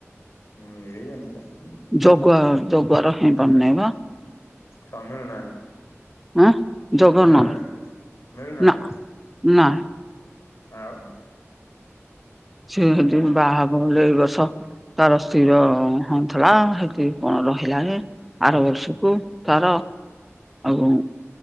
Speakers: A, on the left (about 75°); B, in the centre.
A: ହୁଁ ମିଳିବେନି କାହିଁକି।
B: ଜଗୁଆ ଜଗୁଆ ର ହେଇ ପାରୁନାହିଁ ପା।
A: କ ମିଳୁନାହାନ୍ତି।
B: ଆଁ ଜଗନର
A: ମିଳୁନା ମିଳୁନାହାନ୍ତି।
B: ନା ନା
A: ଆଉ।
B: ସେ ଯଦି
A: ହେ
B: ବାହାହବ ହେଲେ ଏଇ ବର୍ଷ ତାର ସ୍ଥିର ନାହା ଥିଲା ହେଇଠି କଣ ରହିଲାନି ଆର ବର୍ଷକୁ ତାର। ଆଉ